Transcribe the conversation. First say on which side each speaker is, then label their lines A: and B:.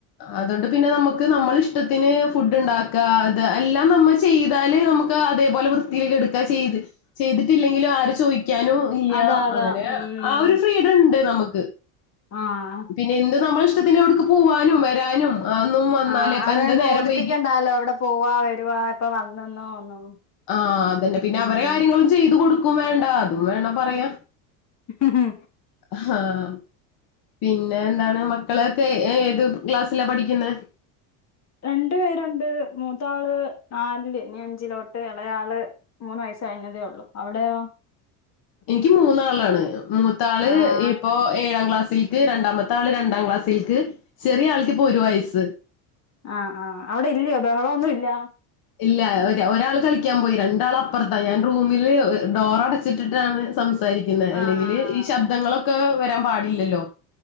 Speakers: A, on the left; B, on the left.
A: അതോണ്ട് പിന്നെ നമുക്ക് നമ്മള ഇഷ്ടത്തിന് ഫുഡ് ഇണ്ടാക്ക അത് എല്ലാം നമ്മ ചെയ്താല് നമുക്ക് അതേപോലെ വൃത്തിലിക്ക് എട്ക്കാ ചെയ്ത് ചെയ്തിട്ടില്ലെങ്കിലും ആര് ചോയ്ക്കാനും ഇല്ല്യ
B: അതാ അതാ
A: അങ്ങനെ
B: ഉം
A: ആ ഒരു ഫ്രീഡണ്ട് നമ്മക്ക്
B: ആഹ്
A: പിന്നെ എന്ത് നമ്മള ഇഷ്ടത്തിന് എവിട്ക്ക് പോവാനും വരാനും അതൊന്നും വന്നാലേ
B: ആഹ്
A: ഇപ്പ
B: ആരേം
A: എന്ത്
B: ബോധിപ്പിക്കണ്ടാലോ
A: നേരം വൈകി
B: എവടെ പോവാ വരുവ എപ്പ വന്നന്നോ ഒന്നും
A: ആഹ് അതന്നെ
B: ഉം
A: പിന്നെ അവരെ കാര്യങ്ങളും ചെയ്ത് കൊടുക്കും വേണ്ട അതും വേണം പറയാ
B: മ്
A: ആഹ് പിന്നെ എന്താണ് മക്കളൊക്കെ ഏ ഏത് ക്ലാസ്സിലാ പഠിക്കുന്നേ
B: രണ്ട് പേരുണ്ട് മൂത്താള് നല് ല് ഇനി അഞ്ചിലോട്ട് ഇളയാള് മൂന്ന് വയസ്സ് കഴിഞ്ഞതേ ഒള്ളു അവിടെയെ
A: എനിക്ക് മൂന്നാളാണ് മൂത്താള്
B: ആഹ്
A: ഇപ്പോ ഏഴാം ക്ലാസ്സിൽക്ക് രണ്ടാമത്തെ ആൾ രണ്ടാം ക്ലാസ്സൽക്ക് ചെറിയ ആൾക്ക്ഇപ്പോൾഒരു വയസ്സ്
B: ആഹ് ആഹ് അവിടെ ഇല്ലയോ ബഹളൊന്നും ഇല്ല
A: ഇല്ല ഒരാ ഒരാൾ കളിക്കാൻ പോയി രണ്ടാൾ അപ്പുറത്താ ഞാൻ റൂമില് ഡോർ അടച്ചിട്ടിട്ടാണ് സംസാ സാരിക്കുന്നേ അല്ലെങ്കില്
B: ആഹ് ആഹ്
A: ഈ ശബ്ദങ്ങളൊക്കെ വരാൻ പാടില്ലല്ലോ